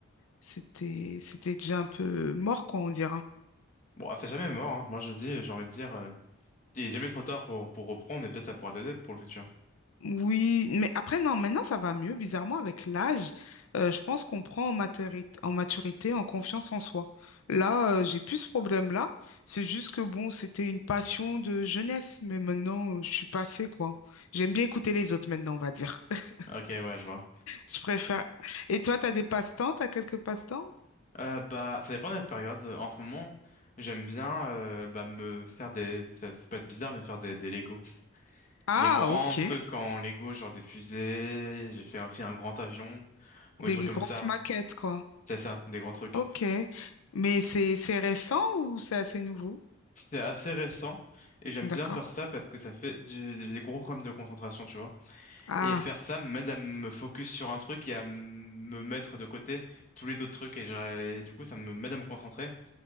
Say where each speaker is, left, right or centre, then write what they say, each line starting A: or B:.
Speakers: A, on the left; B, on the left.
A: c'était, c'était déjà un peu mort, quoi, on dirait. hein.
B: Bon, c'est jamais mort, hein. Moi, je dis, j'ai envie de dire, euh, il est jamais trop tard pour, pour reprendre et peut-être ça pourra t'aider pour le futur.
A: Oui, mais après, non, maintenant ça va mieux. Bizarrement, avec l'âge, euh, je pense qu'on prend en maturité, en maturité, en confiance en soi. Là, euh, j'ai plus ce problème-là. C'est juste que bon, c'était une passion de jeunesse, mais maintenant, euh, je suis passée, quoi. J'aime bien écouter les autres maintenant, on va dire. <laughs>
B: Ok, ouais, je vois.
A: Je préfère. Et toi, t'as des passe-temps? T'as quelques passe-temps?
B: Euh, bah, ça dépend de la période. En ce moment, j'aime bien euh, bah, me faire des... Ça, ça peut être bizarre, mais faire des, des Lego.
A: Ah,
B: Les grands
A: ok.
B: trucs en Lego, genre des fusées, j'ai fait aussi un grand avion, ou
A: Des
B: des trucs comme
A: grosses
B: ça.
A: maquettes, quoi.
B: C'est ça, des grands trucs.
A: Ok. Mais c'est c'est récent ou c'est assez nouveau?
B: C'est assez récent, et j'aime
A: D'accord.
B: bien faire ça parce que ça fait du- des gros problèmes de concentration, tu vois.
A: Ah,
B: Et faire ça m'aide à me focus sur un truc et à me mettre de côté tous les autres trucs. Et, j'ai- et du coup, ça me m'aide à me concentrer